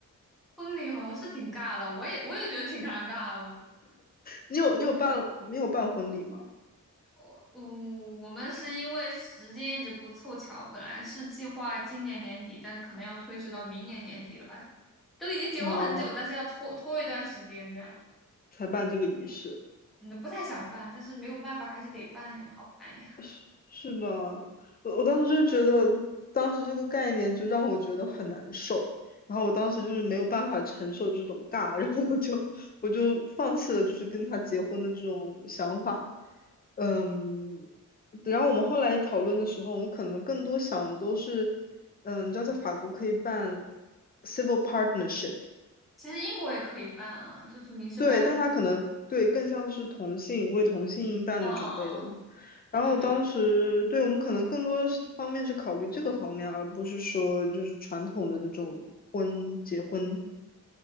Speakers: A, in the centre; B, on the left.
A: 婚礼好像是挺尬的，我也我也觉得挺尴尬的。
B: 你有你有办没有办婚礼吗？
A: 我我我们是因为时间一直不凑巧，本来是计划今年年底，但是可能要推迟到明年年底了吧？都已经结婚很久，
B: 哦，
A: 但是要拖拖一段时间这样。
B: 才办这个仪式，
A: 嗯，不太想办，但是没有办法，还是得办呀，好烦呀。
B: 是是吧？我我当时就觉得，当时这个概念就让我觉得很难受，然后我当时就是没有办法承受这种尬，<laughs> 然后我就我就放弃了，就是跟他结婚的这种想法。嗯，然后我们后来讨论的时候，我们可能更多想的都是，嗯，你知道在法国可以办 civil partnership。
A: 其实英国也可以办啊，就是民事伴侣。
B: 对，但他可能对更像是同性为同性伴侣准备的嘛。
A: 嗯嗯嗯嗯，
B: 然后当时对我们可能更多是方面是考虑这个方面，
A: 对对。
B: 而不是说就是传统的这种婚结婚。